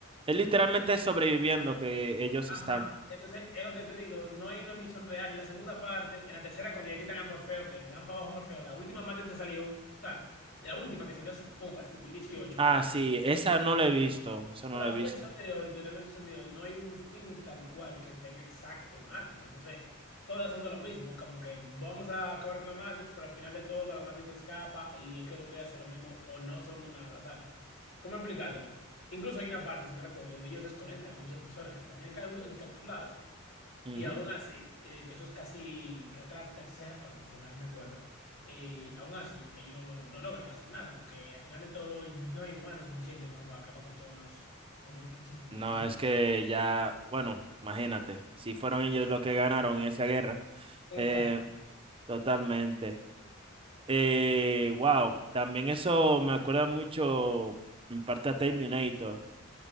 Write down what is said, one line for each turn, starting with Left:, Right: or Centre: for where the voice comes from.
Right: es literalmente sobreviviendo que ellos
Left: ajá,
Right: están.
Left: entonces es lo que te digo, no hay una misión real. En la segunda parte, en la tercera, cuando ya quitan a Morfeo, que le dan para abajo a Morfeo, la última Matrix que salió, o sea, la última que salió hace poco, hace 2018
Right: Ah,
Left: por ahí.
Right: sí, esa no la he visto, esa no
Left: Todavía
Right: la he visto.
Left: el sol de hoy, todavía el sol de hoy, no hay un fin tal cual que tenga exacto Matrix. Entonces, todas son de lo mismo, como que vamos a acabar con la Matrix, pero al final de todo la Matrix escapa y hay que volver a hacer lo mismo o no somos nada. O sea, ¿Cómo explicártelo? Incluso hay una parte, si me recuerdo, donde ellos desconectan a muchas personas que están enca- encapsuladas
Right: Ujú.
Left: y aún así, eh, que eso es casi, creo que la tercera parte, si mal recuerdo, eh, aún así ellos no logran hacer nada porque al final de todo no hay humanos suficiente como para acabar con todos los robots que existen
Right: No,
Left: en el mundo.
Right: es que ya, bueno, imagínate, si fueron ellos los que ganaron en esa guerra,
Left: Exacto.
Right: eh, totalmente. Eh, wow, también eso me acuerda mucho en parte a Terminator.